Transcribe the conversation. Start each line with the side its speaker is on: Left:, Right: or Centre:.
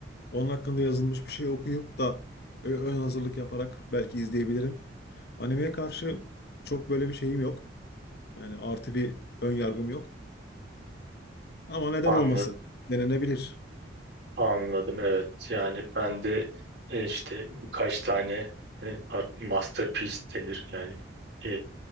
Left: Onun hakkında yazılmış bir şey okuyup da ö- ön hazırlık yaparak belki izleyebilirim. Animeye karşı çok böyle bir şeyim yok. Yani artı bir ön yargım yok. Ama neden
Right: Anladım.
Left: olmasın? Denenebilir.
Right: Anladım evet yani ben de e, işte birkaç tane e, art- masterpiece denir yani e,